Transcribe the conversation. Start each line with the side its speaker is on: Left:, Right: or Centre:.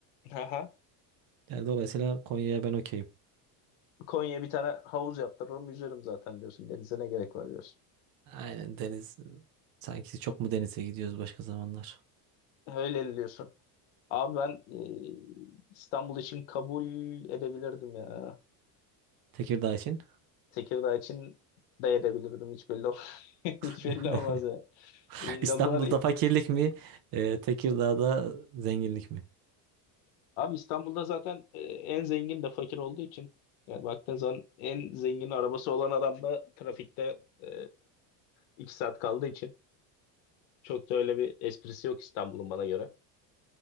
Left: Aha.
Right: Yani dolayısıyla Konya'ya ben okeyim.
Left: Konya'ya bir tane havuz yaptırırım yüzerim zaten diyorsun. Denize ne gerek var diyorsun.
Right: Aynen deniz. Sanki çok mu denize gidiyoruz başka zamanlar?
Left: Öyle diyorsun. Abi ben e, İstanbul için kabul edebilirdim ya.
Right: Tekirdağ için.
Left: Tekirdağ için de edebilirdim. Hiç belli, ol- <laughs> Hiç
Right: <laughs>
Left: belli olmaz ya. Bilmiyorum,
Right: İstanbul'da
Left: var
Right: fakirlik mi? E, Tekirdağ'da zenginlik mi?
Left: Abi İstanbul'da zaten e, en zengin de fakir olduğu için yani baktığın zaman en zengin arabası olan adam da trafikte e, iki saat kaldığı için Çok da öyle bir esprisi yok İstanbul'un bana göre.